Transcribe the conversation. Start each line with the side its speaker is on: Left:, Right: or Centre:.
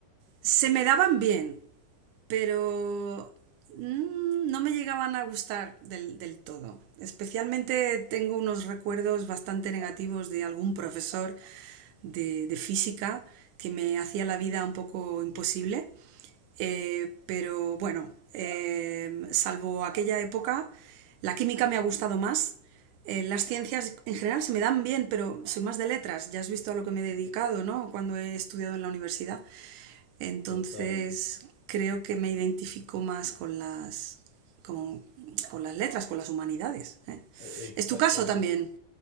Right: Se me daban bien. pero mm, no me llegaban a gustar del, del todo. Especialmente tengo unos recuerdos bastante negativos de algún profesor de, de física que me hacía la vida un poco imposible, Eh, pero bueno, eh, salvo aquella época, la química me ha gustado más. Eh, las ciencias en general se me dan bien, pero soy más de letras. Ya has visto a lo que me he dedicado, ¿no? Cuando he estudiado en la universidad. Entonces
Left: Total,
Right: creo que me identifico más con las, con, con las letras, con las humanidades. ¿eh?
Left: e- exactamente
Right: ¿Es tu caso también?